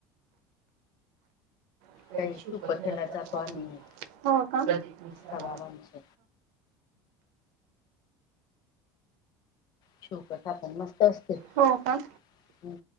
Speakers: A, on the right; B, on the left.
A: <unintelligible>
B: काही सुपथेला जातो आम्ही
A: हो का? <unintelligible>
B: बाबांच <unintelligible> मस्त असते हम्म.
A: हो का